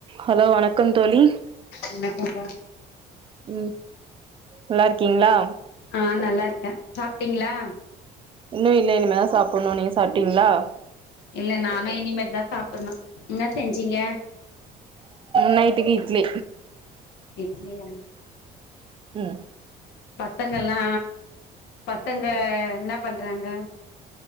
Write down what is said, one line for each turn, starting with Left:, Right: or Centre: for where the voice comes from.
Right: Hello வணக் கம் தோழி
Left: வணக்கம்ப்பா
Right: ம் நல்லா இருக்கீங்களா
Left: ஆ நல்லா இருக்க சாப்ட்டீங்களா
Right: இன்னு இல்ல இனிமேதா சாப்பட்ணு நீங்க சாப்டீங்களா
Left: இல்ல நானு இனிமேட்தா சாப்பட்ணு என்ன செஞ்சீங்க
Right: நைட்டுக்கு இட்லி
Left: இட்லியா
Right: ம்
Left: பசங்கள்லா பசங்க என்ன பண்றாங்க